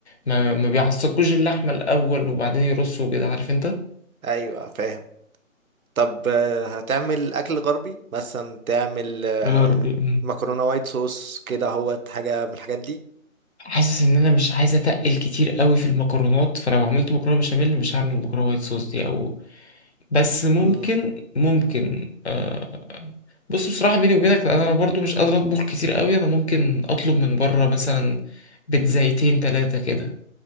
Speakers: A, on the left (about 55°); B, on the right (about 90°).
A: ما, ما ما بيعصقوش اللحمة الأول وبعدين يرصوا كده عارف أنت
B: ايوه فاهم طب آه، هتعمل اكل غربي مثلا تعمل آه،
A: يا ربي مم.
B: مكرونة وايت صوص كده هو حاجة من الحاجات دي
A: حاسس إن أنا مش عايز أتقل كتير قوي في المكرونات فلو عملت مكرونة بشاميل مش هعمل مكرونة وايت صوص دي أو بس ممكن
B: مم.
A: ممكن آه بص بصراحة بيني وبينك لأن أنا برضو مش قادر أطبخ كتير قوي أنا ممكن أطلب من بره مثلا بيتزايتين تلاتة كده